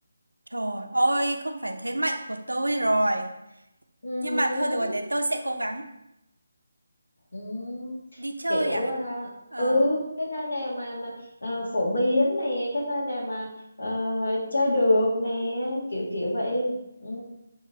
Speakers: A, on the right (about 85°); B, on the left (about 60°).
A: Trời ơi, không phải thế mạnh của tôi rồi.
B: Ừ.
A: Nhưng
B: hứ.
A: mà thôi đùa để tôi sẽ cố gắng
B: Ừ,
A: đi chơi
B: kiểu
A: à?
B: à,
A: Ờ,
B: ừ cái nơi nào mà mà à, phổ biến nè cái nơi nào mà ờ, chơi được nè kiểu kiểu vậy ừ.